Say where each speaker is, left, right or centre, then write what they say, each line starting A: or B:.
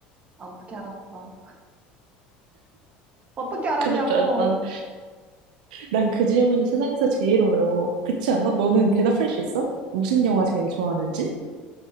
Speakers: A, on the right; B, on the right.
A: 아, 어떻게 알았어? 어떻게 알았냐고.
B: 그럴 줄 알았던. 난그 질문이 세상에서 제일 어려워. 그렇지 않아? 너는 대답할 수 있어? 무슨 영화 제일 좋아하는지?